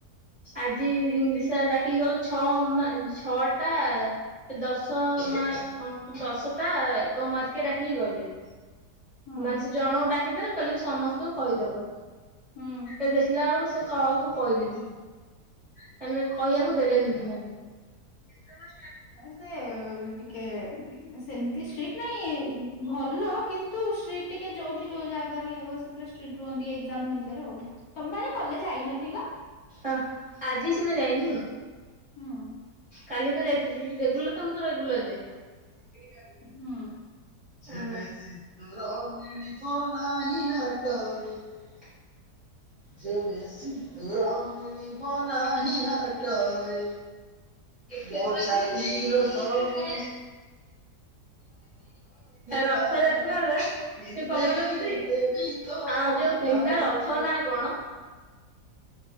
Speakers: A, on the right; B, on the left.
A: ଆଜି ଇଂଲିଶ ସାର ଡାକି ଗଲେ ଛଅ ମ ଛଅଟା ଏ ଦଶ ମାର୍କ କଣ ଦଶଟା ଏକ ମାର୍କିଆ ଡାକିକି ଗଲେ।
B: ହୁଁ
A: ମାନେ ସେ ଜଣଙ୍କୁ ଡାକିଦେଲେ କହିଲେ ସେ ସମସ୍ତଙ୍କୁ କହିଦବ।
B: ହୁଁ
A: ଏ ଦେଖିଲା ଏଳକୁ ସେ କହାକୁ କହିଲେନି। ମାନେ କହିବାକୁ ଦେଲେନି ସେମାନେ
B: ନାଇଁ ସେ ଟିକେ ମାନେ ସ୍‌ ସେମିତି ଷ୍ଟ୍ରିଟ୍ ନାଇଁ ଭଲ, କିନ୍ତୁ ଷ୍ଟିଟ୍। ଟିକେ ଯୋଉଠି ଯୋଉ ଜାଗା ରେ ଇଏ ହେବ ସେ ପୁରା ଷ୍ଟ୍ରିଟ ହୁଅନ୍ତି ଏକ୍ଜାମ ହେରିକାରେ ଆଉ ତମେ ପା ଆଜି କଲେଜ ଯାଇନଥିଲ?
A: ଓଃ ଆଜି ସିନା ଯାଇନି
B: ହୁଁ।
A: କାଲି ତ ଯାଇଥିଲି ରେଗୁଲାର ତ ମୁଁ ତ ରେଗୁଲାର ଯାଏ।
B: ହୁଁ।
A: ଉଁ।
B: <inaudible>
A: ଯେବେ ସିନ୍ଦୁର ମିଳିବ ନାହିଁ ହାଟରେ ମୋ ଛାତିର ସବୁ ରଥ ଯାତ୍ରାରେ ସେ କଣ କହିଲ ଦିଦି ଆଉ ଯୋଉ ତିନିଟା ରଥ ନାଁ କଣ